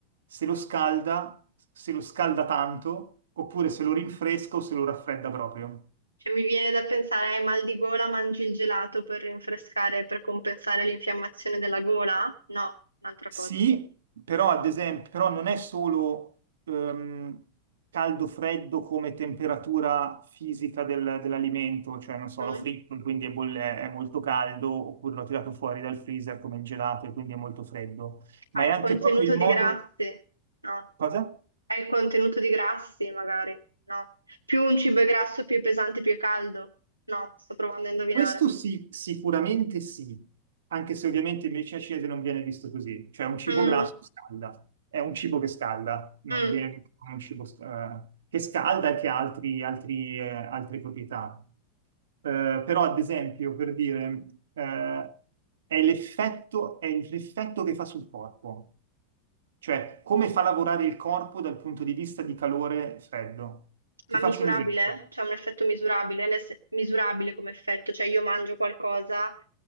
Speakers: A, on the right; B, on the right.
A: se lo scalda, se lo scalda tanto, oppure se lo rinfresca o se lo raffredda proprio.
B: Cioè, mi viene da pensare, hai mal di gola, mangi il gelato per rinfrescare, per compensare l'infiammazione della gola? No, un'altra
A: Sì,
B: cosa.
A: però ad esempio, però non è solo ehm, caldo-freddo come temperatura fisica del- dell'alimento, cioè non so,
B: Mm?
A: l'ho fritto, quindi è, boll- è molto caldo, oppure l'ho tirato fuori dal freezer come il gelato e quindi è molto freddo, ma
B: Hai
A: è
B: il
A: anche
B: contenuto
A: proprio il modo...
B: di grassi? No.
A: Cosa?
B: Hai il contenuto di grassi, magari? No. Più un cibo è grasso, più è pesante, più è caldo? No, sto provando a indovinare.
A: Questo sì, sicuramente sì, anche se ovviamente in medicina cinese non viene visto così, cioè un cibo
B: Mm,
A: grasso scalda, è un cibo che scalda, non
B: mm.
A: viene visto come un cibo eh, che scalda e che ha altri- altri, eh, altre proprietà. Eh, però ad esempio, per dire, eh, è l'effetto, è l'effetto che fa sul corpo, cioè come fa lavorare il corpo dal punto di vista di calore e freddo.
B: Ma
A: Ti faccio
B: misurabile?
A: un esempio.
B: C'è un effetto misurabile, nel se- misurabile come effetto, cioè io mangio qualcosa